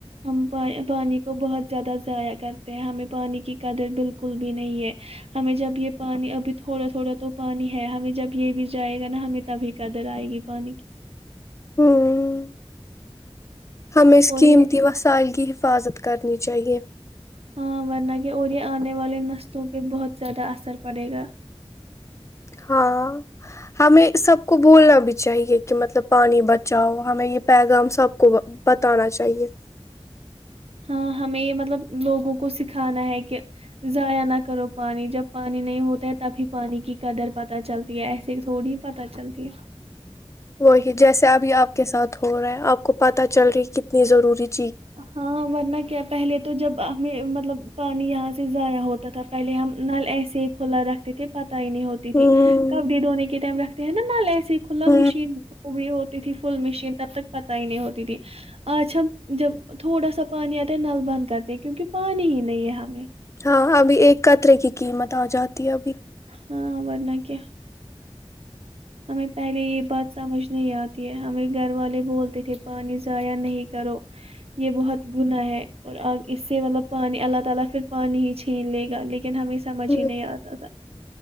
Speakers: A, on the right (about 65°); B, on the left (about 25°).
A: ہم پانی کو بہت زیادہ ضائع کرتے ہیں ہمیں پانی کی قدر بالکل بھی نہیں ہے ہمیں جب یہ پانی ابھی تھوڑا تھوڑا تو پانی ہے ہمیں جب یہ بھی جائے گا نا ہمیں تبھی قدر آئے گی پانی کی
B: ہوں ہم اس
A: اور
B: قیمتی
A: یہ
B: وسائل کی حفظ حفاظت کرنی چاہیے
A: ہاں ورنہ کہ اور یہ آنے والے نسلوں پہ بہت زیادہ اثر پڑے گا
B: ہاں ہمیں سب کو بولنا بھی چاہیے کہ مطلب پانی بچاؤ ہمیں یہ پیغام سب کو بتانا چاہیے
A: ہاں ہمیں یہ مطلب لوگوں کو سکھانا ہے کہ ضائع نہ کرو پانی جب پانی نہیں ہوتا ہے تب ہی پانی کی قدر پت چلتی ہے ایسے تھوڑی پت چلتی ہے
B: وہی جیسے ابھی آپ کے ساتھ ہو رہا ہے آپ کو پتا چل رہی کہ اپنی ضروری <unintelligible>
A: ہاں ورنہ کیا پہلے تو جب میں مطلب پانی یہاں سے ضائع ہوتا تھا پہلے ہم نل ایسے ہی کھلا رکھتے تھے پ نہیں ہوتی تھی
B: ہ
A: کبڈی دونے کے ٹائم رکھ دین نالے <unintelligible> کھلا
B: ہ
A: مشین وہ بھی ہو تھی فل مشین تب تک پتا ہی نہیں ہوتی تھی آج ہم جب تھوڑا سا پانی آتا ہے نل بند کرتے ہے کیونکہ پانی ہی نہیں ہے ہمیں
B: ہاں ابھی ایک قطرے کی قیمت آ جاتی ا دیاب
A: ہاں بنہ کین <unintelligible> سمجھ
B: ہ
A: ہی نہیں آتا تھا